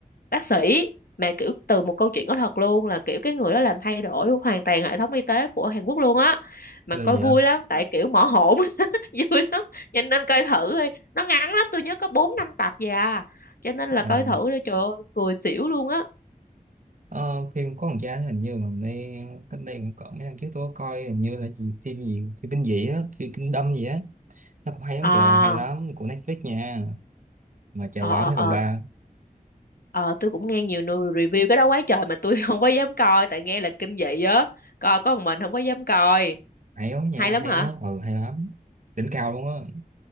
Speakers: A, on the left; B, on the right.
A: bác sĩ mà kiểu từ một câu chuyện có thật luôn là kiểu cái người đó làm thay đổi hoàn toàn hệ thống y tế của Hàn Quốc luôn á mà
B: Ghê
A: coi
B: gì
A: vui
B: vậy?
A: lắm tại kiểu mỏ hổn <laughs> vui lắm cho nên coi thử đi nó ngắn lắm tôi nhớ có bốn năm tập gì à cho nên là
B: À,
A: coi thử đi trời ơi cười xỉu luôn á
B: ờ, phim có thằng cha hình như gần đây cách đây cũng cỡ mấy năm trước tôi có coi hình như là gì phim gì phim kinh dị á phim kinh đâm gì á nó cũng hay lắm
A: à
B: kìa hay lắm của Netflix nha mà chờ
A: ờ
B: quảng
A: ờ
B: thấy
A: ờ
B: phòng ba
A: ờ, tôi cũng nghe nhiều người review cái đó quá trời mà tôi <laughs> không có dám coi tại nghe là kinh dị á coi có một mình không có dám coi
B: hay lắm nha
A: hay lắm
B: hay
A: hả
B: lắm ừ hay lắm đỉnh cao luôn á